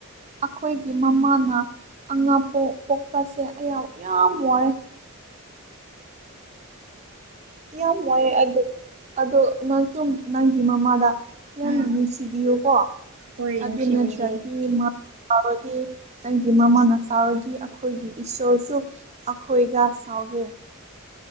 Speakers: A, on the right; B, on the right.
A: ꯑꯈꯣꯏꯒꯤ ꯃꯃꯥꯅ ꯑꯉꯥꯡ ꯄꯣꯛ ꯄꯣꯛꯄꯁꯦ ꯑꯩ ꯌꯥ ꯌꯥꯝ ꯋꯥꯔꯦ ꯌꯥꯝ ꯋꯥꯏꯑꯦ ꯑꯩꯗꯣ ꯑꯗꯣ ꯅꯪ ꯇꯨꯝ ꯅꯪꯒꯤ ꯃꯃꯥꯗ ꯌꯥꯝꯅ
B: ꯎꯝ
A: ꯅꯨꯡꯁꯤꯕꯤꯌꯨꯀꯣ
B: ꯍꯣꯏ ꯅꯨꯡꯁꯤꯕꯤꯒꯦ
A: ꯑꯗꯨ ꯅꯠꯇ꯭ꯔꯗꯤ ꯃꯥ ꯔꯗꯤ ꯑꯩꯒꯤ ꯃꯃꯥꯅ ꯁꯥꯎꯔꯗꯤ ꯑꯩꯈꯣꯏꯒꯤ ꯏꯁꯣꯔꯁꯨ ꯑꯩꯈꯣꯏꯒ ꯁꯥꯎꯗꯦ